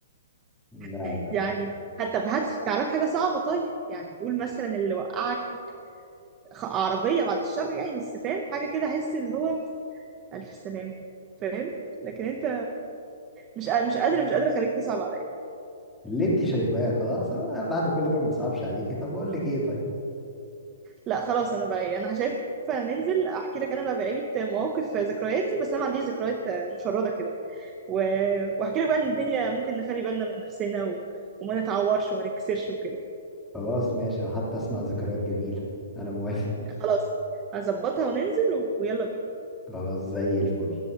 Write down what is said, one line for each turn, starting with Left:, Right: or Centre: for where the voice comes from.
Centre: لا
Right: <laughs> يعني حتى بهات تعالى بحاجة صعبة طيب يعني قول مثلا اللي وقعك خ- عربية بعد الشر يعني بس فاهم حاجة كده احس اللي هو ألف سلامة فاهم لكن انت مش قا- مش قادر مش قادرة خليك تصعب عليا
Centre: اللي انت شايفاه خلاص أنا بعد كل ده ما صعبش عليكي طب اقول لك ايه طيب
Right: لا خلاص انا بقى إيه، انا شايفه ننزل احكي لك انا بقى بقية مواقف ذكرياتي بس انا ما عنديش ذكريات مشردة كده و... واحكي لك بقى ان الدنيا ممكن نخلي بالنا من نفسنا و... وما نتعورش وما نكسرش وكده
Centre: خلاص ماشي حتى اسمع ذكريات جميلة انا موافق
Right: يعني خلاص هظبطها وننزل و... ويلا بينا
Centre: خلاص زي الفل